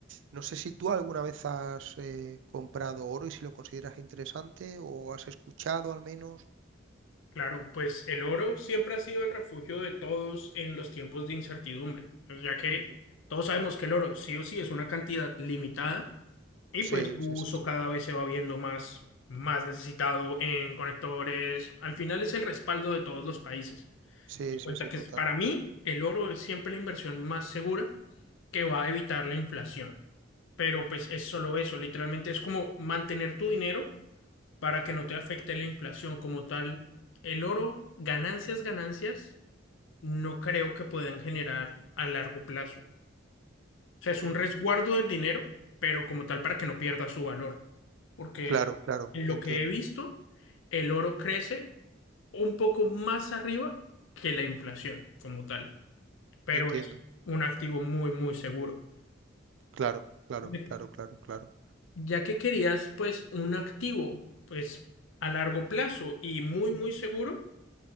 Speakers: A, on the right; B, on the left.
A: no sé si tú alguna vez has eh, comprado oro y si lo consideras interesante o has escuchado al menos.
B: Claro, pues el oro siempre ha sido el refugio de todos en los tiempos de incertidumbre, ya que
A: Ujú.
B: todos sabemos que el oro sí o sí es una cantidad limitada y
A: Sí,
B: pues su
A: sí, sí,
B: uso
A: sí.
B: cada vez se va viendo más, más necesitado en conectores. Al final es el respaldo de todos los países.
A: Sí,
B: En cuenta
A: sí, sí,
B: que
A: total.
B: para mí el oro es siempre la inversión más segura que va a evitar la inflación. Pero pues es solo eso, literalmente es como mantener tu dinero para que no te afecte
A: Ujú.
B: la inflación como tal. El oro, ganancias, ganancias, no creo que puedan generar a largo plazo. O sea, es
A: Ujú.
B: un resguardo del dinero, pero como tal para que no pierda su valor. Porque
A: Claro, claro,
B: en lo
A: entiendo,
B: que he visto, el oro crece un poco más arriba que la inflación como tal, pero
A: entiendo.
B: es un activo muy, muy seguro.
A: Claro, claro,
B: Me-
A: claro, claro, claro.
B: Ya que querías, pues, un activo, pues, a largo plazo y muy, muy seguro,